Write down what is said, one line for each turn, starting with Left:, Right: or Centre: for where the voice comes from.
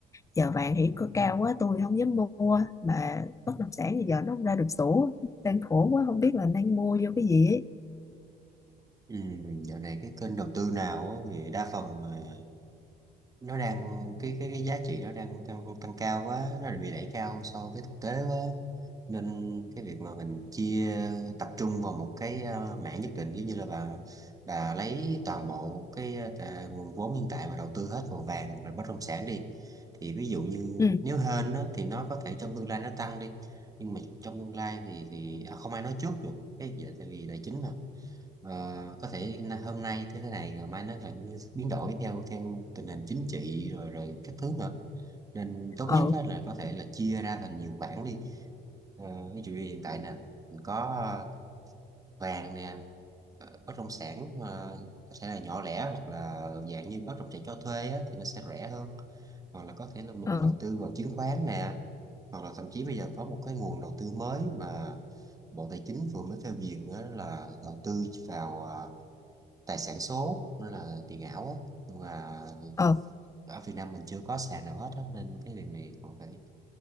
Left: Giờ vàng thì có cao quá, tôi không dám mua, mà bất động sản thì giờ nó không ra được sổ, đang khổ quá, không biết là nên mua vô cái gì ấy.
Right: Ừ, dạo này cái kênh đầu tư nào á, thì đa phần mà nó đang cái cái cái giá trị nó đang tăng tăng cao quá nó bị đẩy cao so với thực tế quá nên cái việc mà mình chia tập trung vào một cái ờ, mảng nhất định giống như là bà bà lấy toàn bộ cái ờ, tà- nguồn vốn hiện tại mà đầu tư hết vào vàng rồi bất động sản đi thì ví dụ như
Left: Ừ,
Right: nếu hên á, thì nó có thể trong tương lai nó tăng đi nhưng mà trong tương lai thì thì à, không ai nói trước được cái dạ, tại vì tài chính mà Ờ, có thể na- hôm nay thế thế này rồi mai nó lại biến đổi theo theo tình hình chính trị rồi rồi các thứ nữa nên tốt
Left: ờ,
Right: nhất á là có thể là chia ra thành nhiều khoản đi Ờ, ví dụ như hiện tại nè mình có ờ, vàng nè ờ, bất động sản mà có thể là nhỏ lẻ hoặc là dạng như bất động sản cho thuê á, thì nó sẽ rẻ hơn hoặc là có thể là mình
Left: ờ,
Right: đầu tư vào chứng khoán nè hoặc là thậm chí bây giờ có một cái nguồn đầu tư mới mà Bộ Tài chính vừa mới phê duyệt nữa là đầu tư vào ờ, tài sản số nó là tiền ảo á nhưng mà
Left: ờ,
Right: ở Việt Nam mình chưa có sàn nào hết á nên cái việc này còn phải